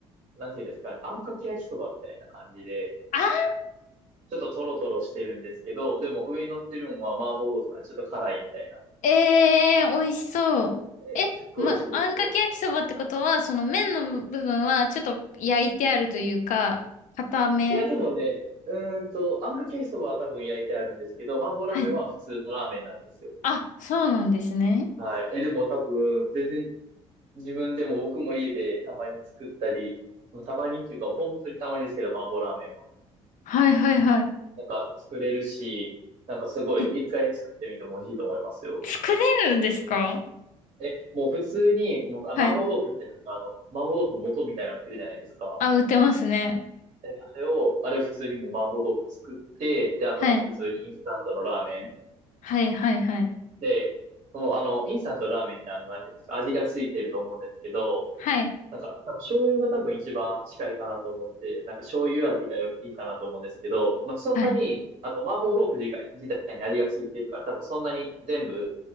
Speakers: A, on the right; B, on the left.
A: なんていうんですかね、あんかけ焼きそばみたいな感じで、
B: あ
A: ちょっとトロトロしてるんですけど、でも上に乗ってるのは麻婆豆腐なんでちょっと辛いみたいな。
B: ー、えー、美味しそう。
A: えすっごい美味しいですよ。
B: え、ま、あんかけ焼きそばってことは、その麺の部分はちょっと焼いてあるというか、固め。
A: いや、でもね、うーんと、あんかけ焼きそばは多分焼いてあるんですけど、麻婆ラーメンは普通のラーメンなんですよ。
B: はい。あ、そうなんですね。
A: はい。え、でも多分、全然自分でも僕も家でたまに作ったり、まあたまにっていうか、本当にたまにですけど、麻婆ラーメンは。
B: はいはいはい。
A: なんか作れるし、なんかすごい一回作ってみても美味しいと思いますよ。
B: え、作れるんですか
A: え、もう普通に、もう、あ麻婆豆腐ってなんかあの、
B: はい。
A: 麻婆豆腐の素みたいなの売ってるじゃないですか。
B: あ、売ってますね。
A: で、あれを、あれを普通にもう麻婆豆腐作って、で、あともう普通にインスタントのラーメン。
B: はい。はいはいはい。
A: で、もうあの、インスタントのラーメンってあの、なんていうんですか、味がついてると思うんですけど、
B: はい。
A: なんか、多分醤油が多分一番近いかなと思って、なんか醤油味がいいかなと思うんですけど、まあ、そんなに、
B: はい。
A: あと麻婆豆腐自体自体に味がついてるから、多分そんなに全部、